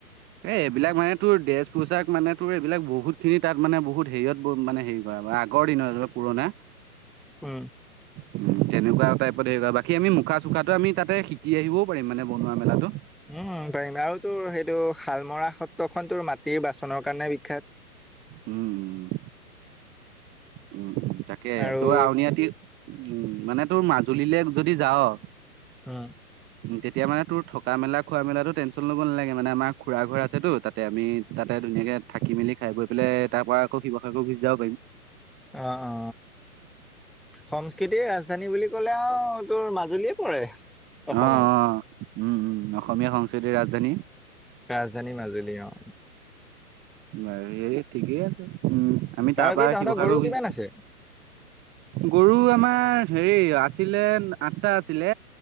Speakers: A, on the right; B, in the centre.
A: এ এইবিলাক মানে তোৰ ড্ৰেছ পোছাক মানে তোৰ এইবিলাক বহুত খিনি তাত মানে বহুত হেৰিত মানে হেৰি কৰে আগৰ দিনত পুৰনা
B: উম।
A: উম, তেনেকুৱা টাইপত হেৰি বাকী আমি মুখা চুখা আমি তাতে শিকি আহিবও পাৰিম মানে বনোৱা মেলাতো।
B: উম, ফ্ৰিজ পাৰিম আৰু তোৰ সেইটো শালমৰা সত্ৰখন তোৰ মাটিৰ বাচনৰ কাৰণে বিখ্যাত।
A: উম, উম উম তাকে
B: আৰু
A: তোৰ আউনীআটি উম, মানে তোৰ মাজুলীলৈ যদি যাও
B: হোম
A: উম, তেতিয়া মানে তোৰ থকা মেলা খোৱা মেলাতো টেনশ্যন ল'ব নালাগে। মানে আমাৰ খুৰা ঘৰ আছেতো তাতে আমি তাতে ধুনীয়াকে থাকি মেলিাই পেলাই তাৰ পৰা আকৌ শিৱসাগৰৰত ঘুচি যাব পাৰিম।
B: অ অ সংস্কৃতিৰ ৰাজধানী বুলি ক'লে আও তোৰ মাজুলী পৰে। অসমত।
A: অ', অ', উম-উম অসমীয়া সংস্কৃতিৰ ৰাজধানী।
B: ৰাজধানী মাজুলী অ'
A: বাৰু হেৰি ঠিকেই আছে। উম, আমি
B: বাৰু
A: তাৰ পৰা
B: কি তহঁতৰ
A: শিৱসাগৰ
B: গৰু
A: গুচি
B: কিমান আছে?
A: গৰু আমাৰ হেৰি আছিলে আঠটা আছিলে।